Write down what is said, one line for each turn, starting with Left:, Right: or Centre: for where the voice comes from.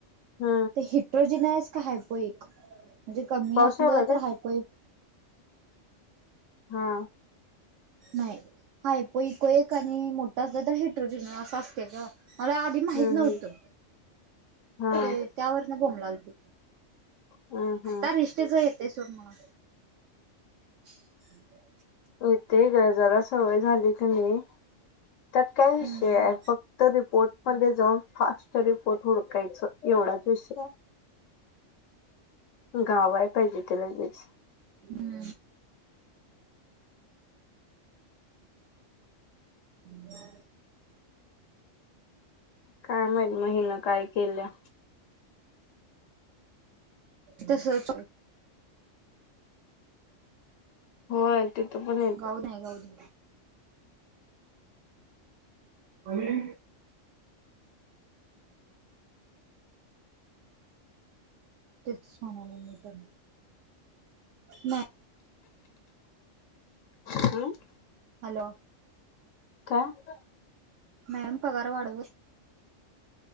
Left: हा
Right: हिट्रोजेनयस का हायपोइक म्हणजे कमी
Left: पाऊस
Right: असलं
Left: यायलाय
Right: तर
Left: काय?
Right: हायपोइ
Left: हा
Right: नाही हायपोइक एक आणि मोठा असला तर हिट्रोजन असा असतेयच गं. मला आधी माहित
Left: हम्म
Right: नव्हतं.
Left: हम्म हा
Right: ते त्यावर न बोमलाल ते
Left: हम्म हम्म
Right: आता रि ते जे येते सोड मला. <inaudible>
Left: येते गं जरा सवय झाली का नाही, त्यात काय विषय
Right: हम्म
Left: आहे फ क्त रिपोर्ट मध्ये जाऊन फास्ट रिपोर्ट हुडकायचं, एवढाच विषय आहे. गावाया पाहिजे ते लगेच.
Right: हम्म <inaudible>
Left: काय माहित म हिन काय केल्या?
Right: तसंच
Left: होय तिथ पण ए
Right: गाऊन आहे गाऊन आणि तेच म्हणाले मी पण. नाही
Left: <unintelligible>
Right: हॅलो
Left: अ काय?
Right: मॅम पगार वाढव